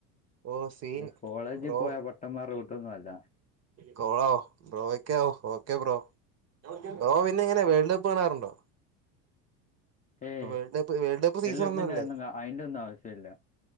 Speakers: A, on the right; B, on the left.
A: ഓ സീൻ
B: ഈ കോളേജിൽ
A: ബ്രോ
B: പോയ പൊട്ടന്മാരെ റൂട്ടൊന്നും അല്ല.
A: കോളോ ബ്രോക്ക് ഓക്കെ ബ്രോ ബ്രോ പിന്നെ ഇങ്ങനെ വേൾഡ് കപ്പ് കാണാറുണ്ടോ?
B: ഏയ്
A: ഇപ്പൊ world cup world cup season
B: കപ്പിന്റെ
A: ഒന്നുംല്ലേ
B: ഒന്നും അതിന്റെ ഒന്നും ആവശ്യമില്ല